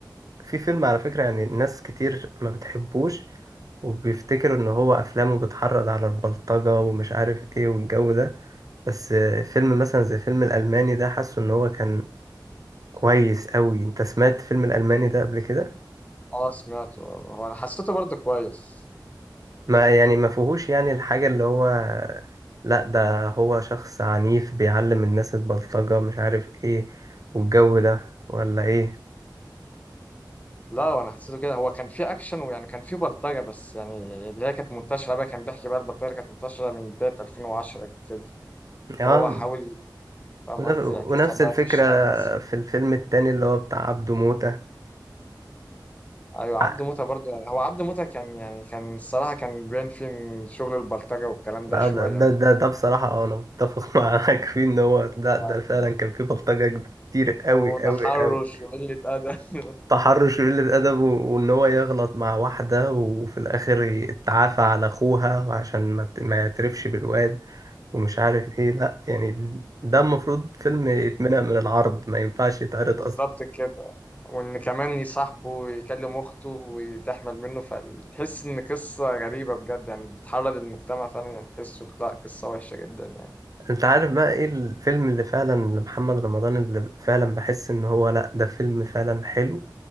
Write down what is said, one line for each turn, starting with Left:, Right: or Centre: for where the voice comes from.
Right: في فيلم على فكرة يعني ناس كتير ما بتحبوش وبيفتكروا ان هو افلامه بتحرض على البلطجة ومش عارف ايه والجو ده بس فيلم مثلا زي فيلم الالماني ده حاسه ان هو كان كويس قوي انت سمعت فيلم الالماني ده قبل كده
Left: <laughs> اه سمعته هو انا حسيته برضو كويس
Right: ما يعني ما فيهوش يعني الحاجة اللي هو لا ده هو شخص عنيف بيعلم الناس البلطجة مش عارف ايه والجو ده ولا ايه
Left: لا وانا حسيته كده هو كان فيه اكشن ويعني كان فيه بلطجة بس يعني اللي هي كانت منتشرة بقى كان بيحكي بقى البلطجة اللي كانت منتشرة من بداية 2010 كده فهو
Right: اه
Left: حاول فاهم
Right: ونف-
Left: قصدي يعكسها
Right: ونفس
Left: بقى
Right: الفكرة
Left: في الشارع المصري
Right: في الفيلم التاني اللي هو بتاع عبده موتة
Left: ايوه عبد
Right: ع-
Left: موتة برضه هو عبد موتة كان يعني كان الصراحة كان بين فين شغل البلطجة والكلام
Right: ده
Left: ده شوية
Right: ده ده,
Left: بقى.
Right: ده, ده بصراحة آه، أنا متفق <laughs> معاك فيه إن هو ده
Left: يعني
Right: ده فعلا كان فيه بلطجة كتير
Left: وتحرش
Right: أوي أوي أوي
Left: وقلة أدب <laughs>
Right: تحرش وقلة أدب و- وإن هو يغلط مع واحدة وفي الآخر يتعافى على أخوها وعشان ما ت- ما يعترفش بالواد ومش عارف إيه لأ يعني ده المفروض فيلم يتمنع من العرض ما ينفعش يتعرض
Left: بالظبط
Right: أصلا
Left: كده وإن كمان يصاحبه ويكلم أخته وتحمل منه فتحس إن قصة غريبة بجد يعني بتحرض المجتمع فعلا يعني تحسه لا قصة وحشة جدا يعني
Right: انت عارف بقى ايه الفيلم اللي فعلا لمحمد رمضان اللي فعلا بحس ان هو لا ده فيلم فعلا حلو